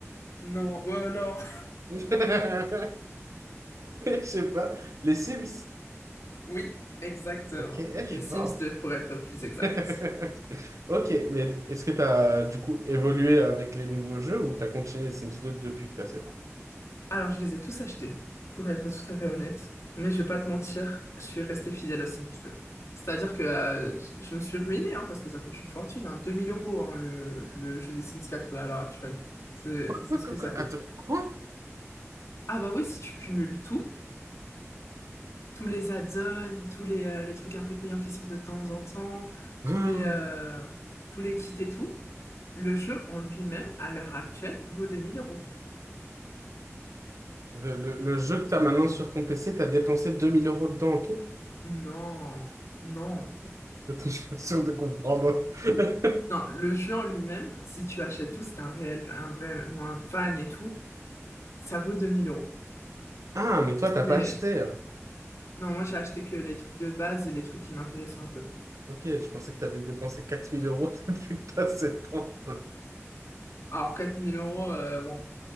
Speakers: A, on the left; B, on the right.
A: Non, ou alors.
B: <laughs> Je sais pas. Les Sims.
A: <laughs> Oui, exactement.
B: Ok, eh, je
A: Les
B: suis
A: Sims
B: fort.
A: 2 pour être plus exact.
B: <laughs> Ok, mais est-ce que tu as du coup évolué avec les nouveaux jeux ou tu as continué les Sims deux depuis que tu as 7 ans?
A: Alors, je les ai tous achetés, pour être tout à fait honnête. Mais je vais pas te mentir, je suis restée fidèle aux Sims 2. C'est-à-dire que euh, je je me suis ruinée, hein, parce que ça coûte une fortune, hein, deux mille euros hein, le, le jeu des Sims 4 là, à l'heure actuelle. C'est c'est
B: Quoi,
A: ce
B: quoi,
A: que ça
B: quoi
A: coûte.
B: Attends, quoi? <gasps>
A: Ah bah oui, si tu cumules tout, tous les add-ons, tous les, euh, les trucs un peu payants qui sortent de temps en temps,
B: Hum.
A: tous les, euh, tous les kits et tout, le jeu en lui-même, à l'heure actuelle, vaut 2000 euros.
B: Le, le- le jeu que tu as maintenant sur ton PC, tu as dépensé 2000 euros dedans en tout?
A: Non, non.
B: Attends, <laughs> je suis pas sûr de comprendre. <laughs>
A: Non, le jeu en lui-même, si tu achètes tout, si t'es un réel, un vrai, moi, un fan et tout, ça vaut 2000 euros.
B: Ah, mais toi, t'as
A: Mais
B: pas acheté. euh.
A: non, moi j'ai acheté que les trucs de base et les trucs qui m'intéressaient un peu.
B: Ok, je pensais que tu avais dépensé 4000 euros <laughs> depuis que tu as 7 ans. Faut
A: Alors 4000 euros, euh, bon,